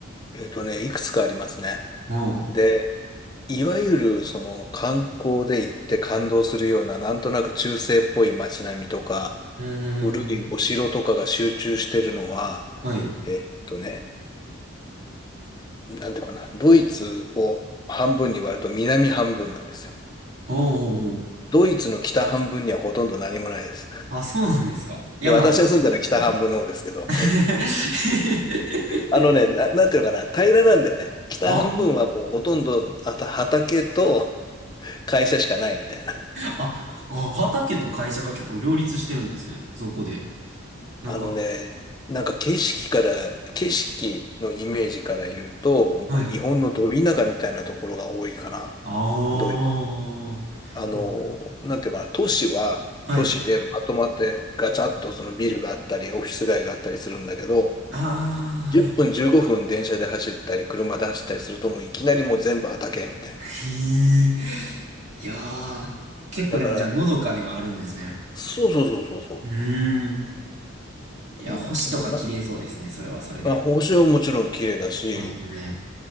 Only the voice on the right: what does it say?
おう。
うーん。
はい。
おうおうおう。
あ、そうなんですか。山とか結構多い。
<laughs>
あー
あ、あ畑と会社が結構両立してるんですね。そこで。なんか、
はい。
ああ、
ま
はい。
ああ、
やっ
へえいやー、結構でもじゃあ、
のどかではあるんですね。
うーん。いや、
星とか綺麗そうですね。
それはそれで。
そうですね。